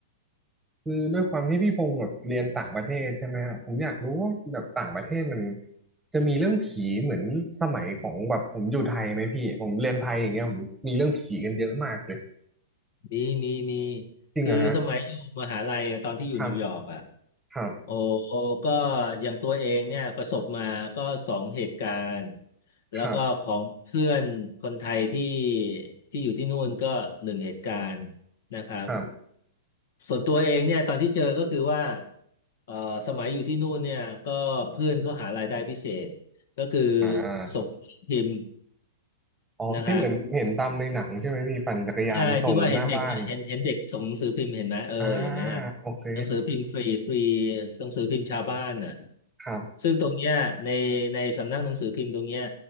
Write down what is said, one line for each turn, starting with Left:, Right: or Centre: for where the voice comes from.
Centre: คือด้วยความที่พี่พงศ์แบบเรียนต่างประเทศใช่ไหมครับผมอยากรู้ว่าแบบต่างประเทศมันจะมีเรื่องผีเหมือนสมัยของแบบผมอยู่ไทยไหมพี่ผมเรียนไทยอย่างเงี้ยผมมีเรื่องผีกันเยอะมากเลย
Left: มีมีมี
Centre: จริงเหรอะฮะ
Left: คือสมัยอยู่มหาลัยอะตอนที่อยู่นิวยอร์กอ่ะ
Centre: ครับครับ
Left: โอ้โอ้ก็อย่างตัวเองเนี่ยประสบมาก็สองเหตุการณ์แล้วก็ของเพื่อนคนไทยที่
Centre: ครับ
Left: ที่อยู่ที่นู่นก็หนึ่งเหตุการณ์นะครับ
Centre: ครับ
Left: ส่วนตัวเองเนี่ยตอนที่เจอก็คือว่าเอ่อสมัยอยู่ที่นู่นเนี่ยก็เพื่อนเขาหารายได้พิเศษก็คือ
Centre: อ่า
Left: ส่งหนังสือพิมพ์
Centre: อ๋อที่เหมือนเห็นตามในหนังใช่ไหมพี่ปั่นจักรยานส่งหน้าบ้าน
Left: นะครับใช่ที่ว่าเห็นเด็กไหมเห็นเห็นเด็กส่งหนังสือพิมพ์เห็นไหมเอออย่างนั้นน่ะ
Centre: อ่าโอเค
Left: หนังสือพิมพ์ฟรีฟรีหนังสือพิมพ์ชาวบ้านน่ะ
Centre: ครับ
Left: ซึ่งตรงเนี้ยในในสำนักหนังสือพิมพ์ตรงเนี้ย